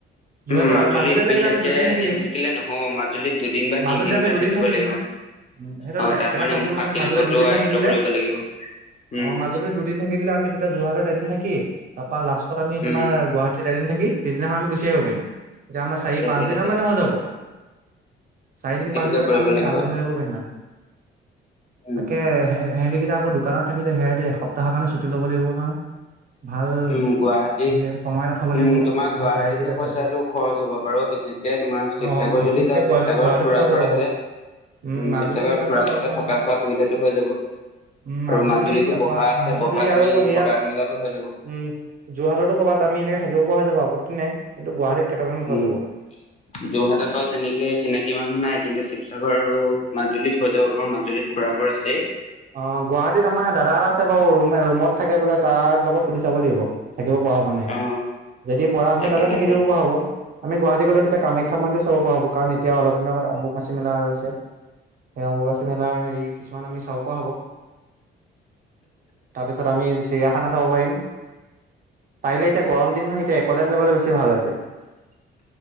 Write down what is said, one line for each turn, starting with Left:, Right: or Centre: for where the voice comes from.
Right: যোৰহাটৰ
Left: উম
Right: মাজুলীত লাগিলে
Left: বিশেষকে
Right: আমি দুদিন থাকি
Left: এদিন
Right: দিম
Left: থাকিলে নহব মাজুলীত দুদিন বা
Right: মাজুলীত
Left: তিনদিন
Right: আমি
Left: এটা
Right: দুদিন
Left: থাকিব
Right: থাকি
Left: লাগিব
Right: দিম উম সেইটোৱে
Left: অ
Right: টো
Left: তাত
Right: একেবাৰে কমকে
Left: মুখা
Right: মানে
Left: শিল্পটো
Right: মাজুলীত দুদিন
Left: আয়ত্ব
Right: থাকি দিলে
Left: কৰিব লাগিব উম
Right: অ মাজুলীত দুদিন থাকিলে আমি তেতিয়া যোৰহাটৰ এদিন থাকি বা লাষ্টত আমি
Left: উম
Right: তোমাৰ গুৱাহাটীত এদিন থাকি পিছদিনাখন আমি গুচি আহিব পাৰিম তেতিয়া আমাৰি
Left: তাকে
Right: পাঁচিন
Left: তাকে
Right: মানে হৈ যাব চাৰিদিন
Left: সেইটোকে
Right: পাঁচ দিনত
Left: কৰিব
Right: আমি
Left: লাগিব
Right: আজৰি হৈ আহ পাৰিম মানে
Left: উম
Right: তাকে সিহঁতিকেইটা আকৌ দোকানত থাকি যে সিহঁতি এসপ্তাহৰ কাৰণে ছুটি ল'ব লাগিব নহয় ভাল
Left: উম গুৱাহাটীত
Right: সেই সময় এটা চাব লাগিব
Left: উম তোমাৰ
Right: ভাল
Left: গুৱাহাটীতহে
Right: তাৰিখকেইটা
Left: পইচাটো
Right: চাই পেলাই
Left: খৰচ হ'ব বাৰু বিশেষকে তোমাৰ শিৱসাগৰ
Right: অ বিশেষকে
Left: যদি যাওঁ
Right: গুৱাহাটীত
Left: শিৱসাগ
Right: গুৱাহাটীত
Left: খুৰা
Right: খৰচ
Left: ঘৰ
Right: হ'ব
Left: আছে
Right: বাৰু
Left: উম
Right: মাজুলীত
Left: শিৱসাগৰ
Right: ইমান
Left: খুৰা
Right: এটা খৰচ
Left: গাৱতে
Right: নহয়
Left: থকা খোৱা সুবিধাতটো হৈ যাব
Right: উম, মাজুলী
Left: আৰু মাজুলীতো
Right: তাৰপা
Left: বহা আছে
Right: মাজুলী
Left: বহাত
Right: আৰু
Left: আমি
Right: হেৰিয়াত
Left: থকা মেলাাতো হৈ যাব
Right: উম যোৰহাটতো ক'ৰবাত আমি এনেকে থাকিব পৰা হৈ যাব আপত্তি নাই কিন্তু গুৱাহাটীত কেইটামান খৰচ
Left: উম
Right: হ'ব।
Left: যোৰহাটত বাৰু তেনেকে চিনাকি মানুহ নাই কিন্তু শিৱসাগৰ আৰু মাজুলীত হৈ যাব পাৰো মাজুলীত খুৰা গুৰ আছে
Right: অ' গুৱাহাটীত আমাৰ দাদা এটা আছে বাৰু ৰুমে ৰুমত থাকে বোলে তাৰ লগত সুধি চাব লাগিব থাকিব পৰা হব নে নাই
Left: অ
Right: যদি পৰা হয়
Left: তাকে
Right: তাতে থাকি
Left: তাকে
Right: দিব পৰা হ'ব আমি গুৱাহাটী গলে তেতিয়া কামাখ্যা মন্দিৰ চাব পৰা হব কাৰণ এতিয়া অলপ দিনৰ আগত অম্বুবাচী মেলা হৈ গৈছে সেই অম্ববাচী মেলা হেৰি কিছুমান আমি চাব পৰা হব তাৰপিছত আমি চিৰিয়াখানা চাব পাৰিম পাৰিলে এতিয়া গৰম দিন নহয় এতিয়া একলেন যাবলৈ বেছি ভাল আ হৈছে